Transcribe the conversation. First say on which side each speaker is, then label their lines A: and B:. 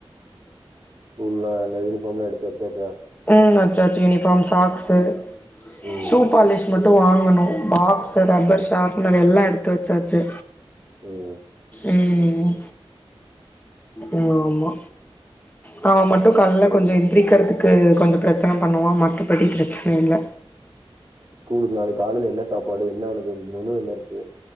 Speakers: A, on the right; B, on the left.
A: ஸ்கூல்லா அந்த யூனிஃபார்ம் ம்லா எடுத்து வப் போச்ச
B: ம் ஆச்சி ஆச்சி யூனிஃபார்ம் சாக்ஸ்சு
A: ம்,
B: ஷூ பாலிஷ் மட்டு வாங்கணும் பாக்ஸ் ரப்பர் ஷாப்னர் எல்லா எடுத்து வச்சாச்சு
A: ம்
B: ம் ம் ம் ம் ம் ஆமா நா மட் டு கால்ல
A: சரி.
B: கொஞ்ச எந்திரிக்கிறதுக் கொஞ்ச பிரச்சன பண்ணுவ மத்தபடி பிரச்சன இல்ல
A: ஸ்கூலுக்கு நாளைக் காலைல என்ன சாப்பாடு என்ன அவனக் மெனு என்ன இருக்கு